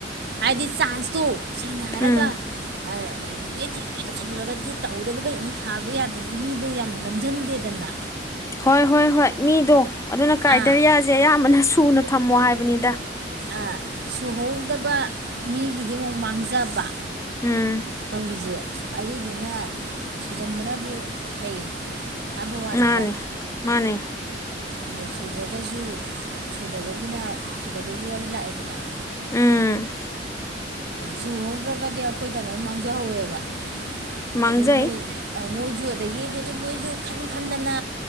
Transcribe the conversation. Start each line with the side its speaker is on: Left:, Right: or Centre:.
Right: ꯍꯥꯏꯗꯤ ꯆꯥꯟꯁꯇꯣ ꯁꯦꯡꯅ ꯍꯥꯏꯔꯒꯥ
Left: ꯎꯝ
Right: ꯑꯥ ꯕꯦꯗꯇꯤ ꯂꯣꯏ ꯇꯧꯁꯜꯂꯨꯔꯒ ꯇꯦꯠ ꯇꯍꯧꯗꯕꯒꯩ ꯑꯃꯨꯛ ꯊꯥꯕ ꯌꯥꯗꯗꯤ ꯃꯤꯗꯣ ꯌꯥꯝ ꯅꯝꯖꯟꯗꯦꯗꯅꯥ
Left: ꯍꯣꯏ ꯍꯣꯏ ꯍꯣꯏ ꯃꯤꯗꯣ ꯑꯗꯨꯅ ꯀ꯭ꯔꯥꯏꯇꯔꯤꯌꯥꯖꯦ
Right: ꯑꯥ
Left: ꯑꯌꯥꯝꯕꯅ ꯁꯨꯅ ꯊꯝꯃꯣ ꯍꯥꯏꯕꯅꯤꯗꯥ
Right: ꯑꯥ ꯁꯨꯍꯧꯗꯕ ꯃꯤꯒꯤꯗꯤ ꯑꯃꯨꯛ ꯃꯥꯡꯖ ꯕꯥ
Left: ꯎꯝ
Right: ꯇꯧꯔꯤꯖꯦ ꯑꯗꯨꯗꯨꯅ ꯁꯨꯖꯟꯕꯅꯗꯤ ꯐꯩ ꯍꯥꯏꯕ ꯋꯥꯅꯤꯗ
Left: ꯃꯥꯟꯅꯦ ꯃꯥꯟꯅꯦ
Right: ꯑꯗꯣ ꯁꯨꯗ꯭ꯔꯒꯖꯨ ꯁꯨꯗꯕꯒꯤꯅ ꯁꯨꯗꯕꯒꯤ ꯋꯥꯔꯤ ꯂꯥꯛꯑꯦꯗꯅꯥ <inaudible>
Left: ꯎꯝ
Right: ꯁꯨꯍꯧꯗ꯭ꯔꯒꯗꯤ ꯑꯈꯣꯏꯗ ꯂꯣꯏ ꯃꯥꯡꯖꯍꯧꯋꯦꯕꯥ
Left: ꯃꯥꯡꯖꯩ
Right: ꯑꯗꯨ ꯃꯣꯏ ꯑ ꯃꯣꯏꯖꯨ ꯑꯗꯒꯤꯗꯤꯖꯨ ꯃꯣꯏꯖꯨꯨ ꯈꯟ ꯈꯟꯗꯅ